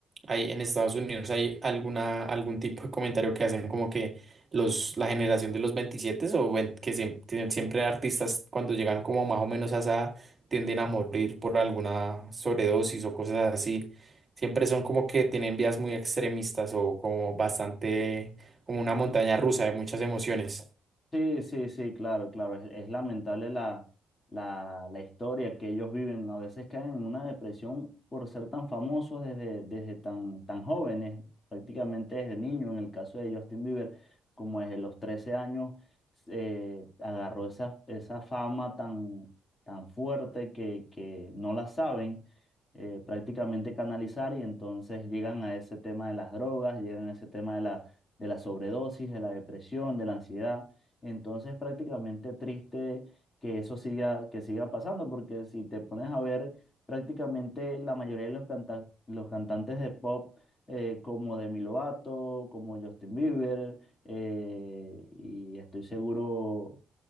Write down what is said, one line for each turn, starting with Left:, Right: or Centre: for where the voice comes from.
Right: hay, en Estados Unidos hay alguna, algún tipo de comentario que hacen como que los, la generación de los 27 o vein- que se tienen siempre artistas cuando llegan como más o menos a esa edad, tienden a morir por alguna sobredosis o cosas así. Siempre son como que tienen vías muy extremistas o como bastante, como una montaña rusa de muchas emociones.
Left: Sí, sí, sí, claro, claro. Es, es lamentable la, la, la historia que ellos viven. A veces caen en una depresión por ser tan famosos desde, desde tan, tan jóvenes, prácticamente desde niños. En el caso de Justin Bieber, como desde los 13 años, eh, agarró esa, esa fama tan, tan fuerte que, que no la saben eh, prácticamente canalizar y entonces llegan a ese tema de las drogas, llegan a ese tema de la, de la sobredosis, de la depresión, de la ansiedad. Entonces, prácticamente triste que eso siga, que siga pasando, porque si te pones a ver, prácticamente la mayoría de los, canta- los cantantes de pop, eh, como Demi Lovato, como Justin Bieber, eh, y estoy seguro